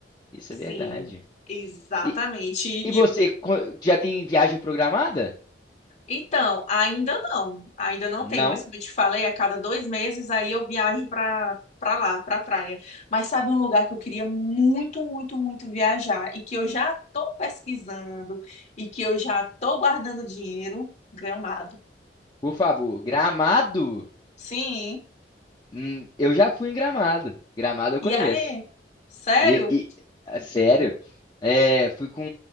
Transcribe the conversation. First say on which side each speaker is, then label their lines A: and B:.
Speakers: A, on the left (about 25°); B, on the left (about 40°).
A: Isso
B: sim,
A: é verdade.
B: exatamente.
A: E, e você
B: E,
A: co- já tem viagem programada?
B: Então, ainda não, ainda não
A: Não?
B: tenho, mas como eu te falei, a cada dois meses aí eu viajo para para lá, para praia. Mas sabe um lugar que eu queria muito, muito, muito viajar e que eu já estou pesquisando e que eu já estou guardando dinheiro? Gramado.
A: Por favor, Gramado?
B: Sim.
A: Hum, eu já fui em Gramado. Gramado eu
B: E
A: conheço.
B: aí? Sério?
A: E, e- ah, sério, é, fui com